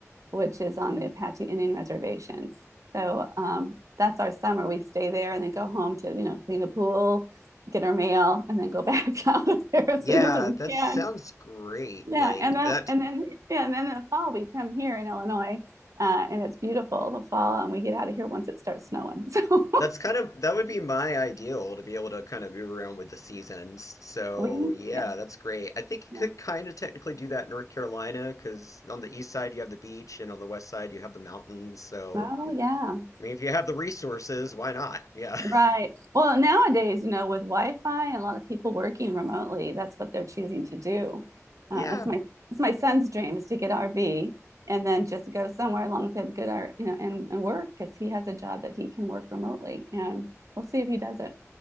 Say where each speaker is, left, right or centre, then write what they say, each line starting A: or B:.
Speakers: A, on the right; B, on the left.
A: which is on the Apache Indian Reservation. So um, that's our summer. We stay there and then go home to, you know, clean the pool, get our mail, and then go <laughs> back out of there as
B: yeah,
A: soon as we
B: that
A: can.
B: sounds great.
A: Yeah.
B: Like
A: And then,
B: that
A: and then, yeah. And then in the fall, we come here in Illinois uh, and it's beautiful the fall and we get out of here once it starts snowing. So
B: that's kind of that would be my ideal to be able to kind of move around with the seasons. So
A: <laughs> we,
B: yeah,
A: yeah.
B: that's great. I think you
A: yeah.
B: could kind of technically do that in North Carolina because on the east side you have the beach and on the west side you have the mountains. So
A: Oh, yeah.
B: I mean, if you have the resources, why not? Yeah.
A: Right.
B: <laughs>
A: Well, nowadays, you know, with Wi-Fi and a lot of people working remotely, that's what they're choosing to do. Uh,
B: Yeah.
A: that's my that's my son's dream is to get RV and then just go somewhere alongside good art, you know, and, and work because he has a job that he can work remotely. And we'll see if he does it.